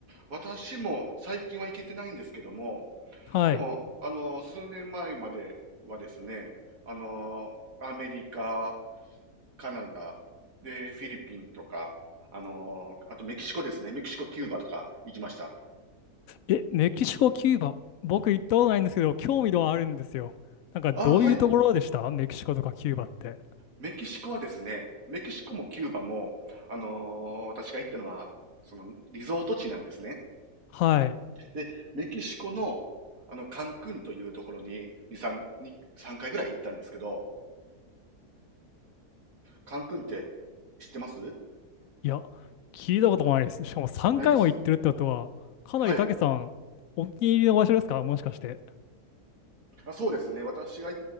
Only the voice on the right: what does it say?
私も最近は行けてないんですけども、
でも、あの、数年前まではですね、あの、アメリカ、カナダ、で、フィリピンとか、あの、あとメキシコですね。メキシコ、キューバとか行きました。
あ、
はい。メキシコはですね、メキシコもキューバも、あのー私が行ったのは、その、リゾート地なんですね。
で、メキシコの、あの、カンクンというところに、2、3、に3回ぐらい行ったんですけど、カンクンって知ってます
ないです
はい
あ。そうですね。私がい